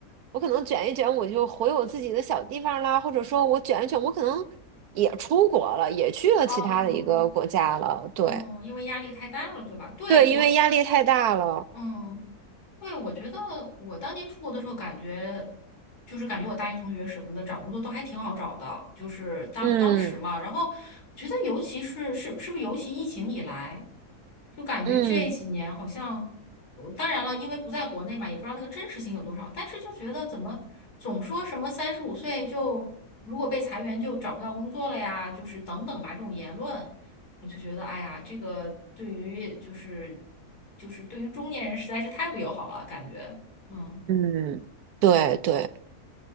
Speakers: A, on the right; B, on the left.
A: 我可能卷一卷，我就回我自己的小地方啦，或者说我卷一卷，我可能也出国了，也去了其他的一个国家了，
B: 哦，
A: 对
B: 嗯，因为压力太大了，对吧？对，
A: 对，
B: 我。
A: 因为压力太大了，
B: 嗯。对，我觉得我当年出国的时候，感觉就是感觉我大学同学什么的找工作都还挺好找的，就是当当时嘛。
A: 嗯
B: 然后我觉得，尤其是是是不是尤其疫情以来，就感觉这几年好像，
A: 嗯
B: 呃当然了，因为不在国内嘛，也不知道那个真实性有多少，但是就觉得怎么总说什么三十五岁就如果被裁员就找不到工作了呀，就是等等吧这种言论。我就觉得，哎呀，这个对于就是就是对于中年人实在是太不友好了，感觉，嗯。
A: 嗯，对对。